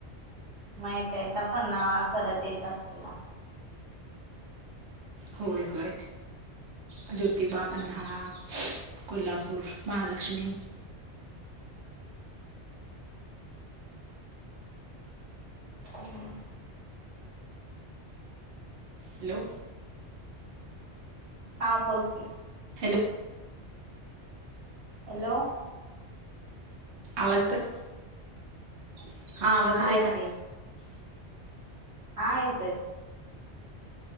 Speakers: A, on the right; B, on the right.
A: माहित तर पन्नाळा करत येत असशीला
B: होय हय अ जोतिबा पन्हाळा कोल्हापूर महालक्ष्मी
A: हम्म
B: हॅलो
A: हा बोलते
B: हॅलो
A: हॅलो
B: आवल <unintelligible> <inaudible>
A: हा येतोय हा येतोय